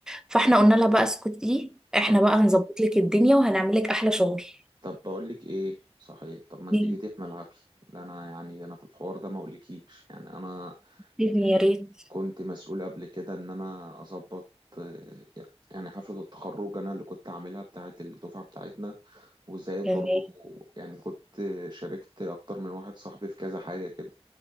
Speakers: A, in the centre; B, on the right.
A: فاحنا قلنا لها بقى اسكتي احنا
B: طب
A: بقى هنظبط لك الدنيا وهنعمل لك احلى شغل <laughs>
B: طب بقول لك ايه صحيح طب ما انت
A: إيه؟
B: جيتي في ملعبي ده انا يعني انا في الحوار ده ما اقولكيش يعني انا
A: إذني
B: آه،
A: يا ريت
B: كنت مسؤول قبل كده ان انا اظبط آه، يعني حفله التخرج انا اللي كنت عاملها بتاعه الدفعه بتاعتنا وزائد
A: تمام
B: برضو يعني كنت شاركت أكتر من واحد صاحبي في كذا حاجة كده